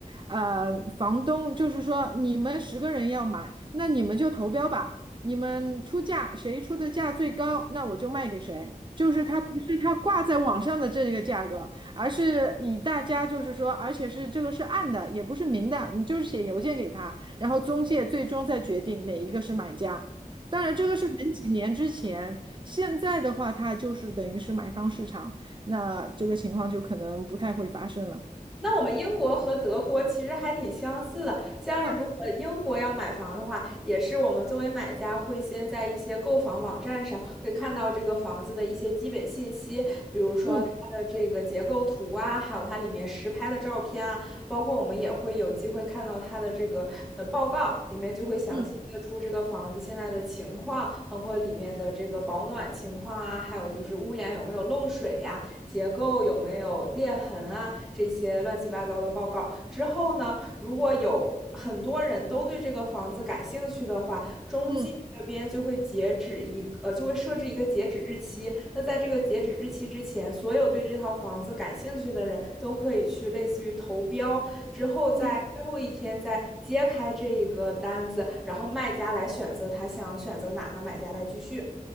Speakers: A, on the right; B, in the centre.
A: 呃，房东就是说你们十个人要买，那你们就投标吧。你们出价，谁出的价最高，那我就卖给谁。就是他不是他挂在网上的这个价格，而是以大家就是说，而且是这个是暗的，也不是明的，你就是写邮件给他，然后中介最终再决定哪一个是买家。当然，这个是很几年之前，现在的话，它就是等于是买方市场，那这个情况就可能不太会发生了。
B: 那我们英国和德国其实还挺相似的，像是如果英国要买房的话，
A: 啊，
B: 也是我们作为买家会先在一些购房网站上会看到这个房子的一些基本信息，比如说它的这个结构图啊，
A: 嗯
B: 还有它里面实拍的照片啊，包括我们也会有机会看到它的这个呃报告，里面就会详细列出这个房子现在的情况，
A: 嗯
B: 包括里面的这个保暖情况啊，还有就是屋檐有没有漏水呀、结构有没有裂痕啊这些乱七八糟的报告。之后呢，如果有很多人都对这个房子感兴趣的话，中介这边就会截止一个呃，
A: 嗯
B: 就会设置一个截止日期。那在这个截止日期之前，所有对这套房子感兴趣的人都可以去类似于投标，之后在最后一天再揭开这一个单子，
A: 嗯。
B: 然后卖家来选择他想选择哪个买家来继续。